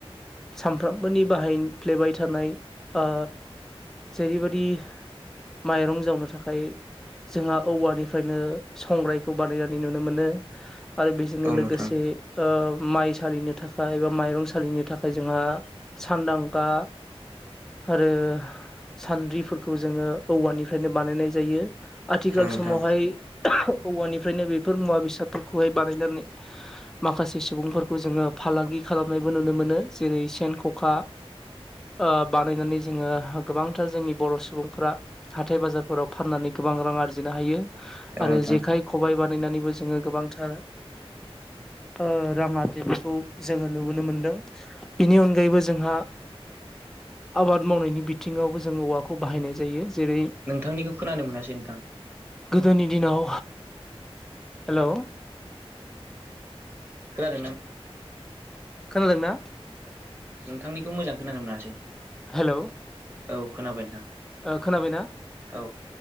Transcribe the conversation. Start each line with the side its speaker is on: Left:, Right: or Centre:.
Centre: सानफ्रामबोनि बाहायफ्लेबाय थानाय ओ जेरैबायदि माइरं जावनो थाखाय जोंहा औवानिफ्रायनो संग्रायखौ बानायनानै नुनो मोनो आरो बेजोंनो लोगोसे
Right: नोंथां
Centre: ओ माइ सालिनो थाखाय बा माइरं सालिनो थाखाय जोंहा सान्दांगा आरो सान्द्रिफोरखौ जोंङो औवानिफ्रायनो बानायनाय जायो आथिखाल
Right: औ नोंथां
Centre: समावहाय औवानिफ्रायनो बेफोर मुवा बेसादफोरखौहाय बानायनानै माखासे सुबुंफोरखौ जोंङो फालांगि खालामनायबो नुनो मोनो जेरै सेन, खखा ओ बानायनानै जोंङो गोबांथार जोंनि बर' सुबुंफोरा हाथाय बाजारफोराव फाननानै गोबां रां आरजिनो हायो
Right: औ
Centre: आरो
Right: नोंथां
Centre: जेखाइ, खबाइ बा बनायनानैबो जोंङो गोबांथार ओ‌ रांङा जि बेखौ जोंङो नुबोनो मोनदों बिनि अनगायैबो जोंहा आबाद मावनायनि बिथिंङावबो जोंङो औवाखौ बाहायनाय जायो जेरै
Right: नोंथांनिखौ खोनानो मोनासै नोंथां
Centre: गोदोनि दिनाव हेलौ
Right: खोनादोंना नों
Centre: खोनादोंना
Right: नोंथांनिखौ मोजां खोनानो मोनासै
Centre: हालौ
Right: औ खोनाबाय नोंथां
Centre: ओ खोनाबायना
Right: औ